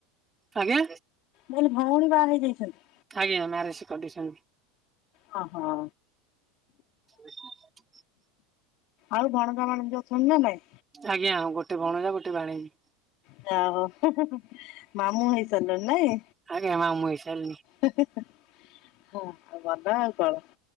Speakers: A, on the right; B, on the left.
A: ଆଜ୍ଞା?
B: ମୁଁ କହିଲି ଭଉଣୀ ବାହା ହେଇଯାଇଛନ୍ତି?
A: ଆଜ୍ଞା ମ୍ୟାରେଜ୍ କରିଦେଇସନ୍ତି।
B: ହଁ ହୋ।
A: <inaudible>
B: ଆଉ ଭଣଜା ଭାଣିଜୀ ଅଛନ୍ତି ନା ନାଇଁ?
A: ଆଜ୍ଞା, ଗୋଟେ ଭଣଜା ଗୋଟେ ଭାଣିଜୀ।
B: ଯାହା ହଉ, ହୁଁ ହୁଁ ହୁଁ। ମାମୁଁ ହେଇସାରିଲଣି ନାଇଁ?
A: ଆଜ୍ଞା ମାମୁଁ ହେଇସାରିଲିଣି।
B: ହେ ହେ ହେ, ହଁ ଭଲ ଆଉ। କଣ।